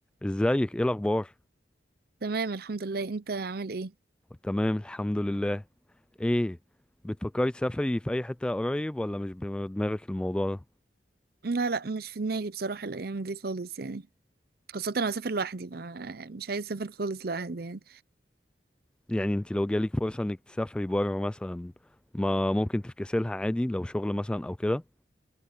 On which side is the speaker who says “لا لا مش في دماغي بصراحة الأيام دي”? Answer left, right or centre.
Right